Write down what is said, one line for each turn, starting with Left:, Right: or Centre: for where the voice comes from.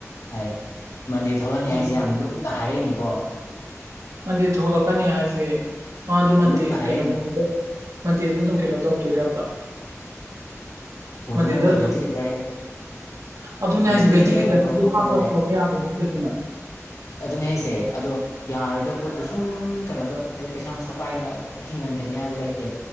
Left: ꯍꯥꯏ ꯃꯟꯗꯦ ꯊꯣꯛꯂꯛꯑꯅꯤ
Right: ꯎꯝ
Left: ꯍꯥꯏꯁꯦ ꯌꯥꯝ ꯂꯨꯝꯅ ꯍꯥꯏꯔꯛꯏꯅꯤꯀꯣ
Right: ꯃꯟꯗꯦꯗ ꯊꯣꯛꯂꯛꯀꯅꯤ ꯍꯥꯏꯁꯦ ꯃꯥꯗꯣ ꯃꯟꯗꯦ
Left: ꯂꯨꯝꯅ ꯍꯥꯏꯔꯛꯏꯅꯦ
Right: ꯀꯩꯅꯣ ꯃꯟꯗꯦꯗ ꯃꯟꯗꯦꯗꯨ ꯑꯗꯨꯝ ꯀꯩꯅꯣ ꯇꯧꯗꯣꯏꯔꯕ
Left: ꯃꯗꯨꯅꯕꯨ
Right: ꯃꯗꯤꯗ
Left: ꯚꯦꯟꯇꯤꯂꯦꯇꯔ ꯍꯦꯛ
Right: ꯑꯗꯨꯅꯦ
Left: ꯚꯦꯟꯇꯤꯂꯦꯇꯔ
Right: ꯍꯥꯏꯁꯦ ꯚꯦꯖꯤꯂꯤꯇꯔꯁꯤꯗꯤ
Left: ꯍꯦꯛ ꯂꯧꯊꯣꯛꯄꯗꯅꯦ
Right: ꯍꯥꯞꯄ ꯊꯣꯛꯂꯛꯄ ꯌꯥꯕ ꯅꯠꯇꯦꯗꯅ
Left: ꯑꯗꯨꯅꯦ ꯑꯩꯁꯦ ꯑꯗꯣ ꯌꯥꯔꯣꯏꯗꯕ ꯄꯣꯠꯇꯨ ꯁꯨꯝ ꯀꯩꯅꯣꯗ ꯍꯥꯏꯗꯤ ꯄꯩꯁꯥ ꯅꯨꯡꯁꯥ ꯄꯥꯏꯗꯅ ꯑꯗꯨꯝ ꯍꯤꯡꯍꯟꯒꯅꯤ ꯍꯥꯏꯕ ꯂꯩꯇꯦ